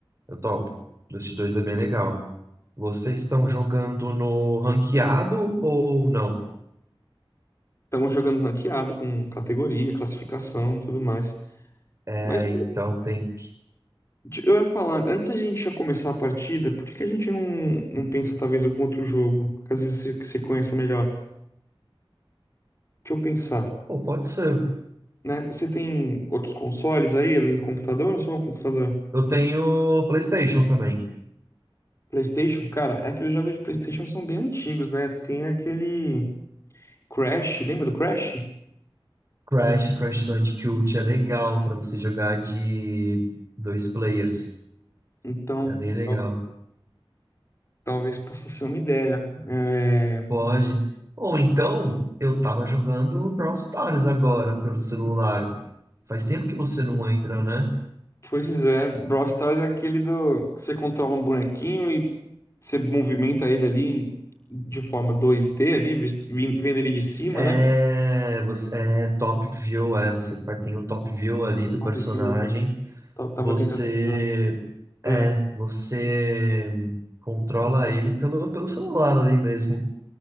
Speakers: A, on the right; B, on the left.
A: Eu topo. Dust dois é bem legal. Vocês estão jogando no ranqueado ou não?
B: Estamos jogando ranqueado com categoria, classificação e tudo mais.
A: É,
B: Mas
A: então tem que.
B: De- Eu ia falar, antes da gente já começar a partida, por que que a gente não, não pensa talvez em algum outro jogo? Que às vezes você, que você conheça melhor. Deixa eu pensar,
A: Pô, pode ser.
B: né? Você tem outros consoles aí, além do computador ou só o computador?
A: Eu tenho PlayStation também.
B: PlayStation, cara, é que os jogos de PlayStation são bem antigos, né? Tem aquele Crash, lembra do Crash?
A: Crash, Crash Bandicoot é legal pra você jogar de dois players.
B: Então,
A: É bem legal.
B: tal- talvez possa ser uma ideia. É,
A: Pode. Ou então, eu tava jogando Brawl Stars agora pelo celular. Faz tempo que você não entra, né?
B: Pois é, Brawl Stars é aquele do que você controla um bonequinho e você movimenta ele ali em- de forma 2D ali, visto- vin- vendo ele de cima,
A: É,
B: né?
A: você é top view, é, você faz- tem o top view ali do
B: Top
A: personagem.
B: view. Ta- Tava
A: Você
B: tentando lembrar.
A: é,
B: É,
A: você controla ele pelo, pelo celular ali mesmo.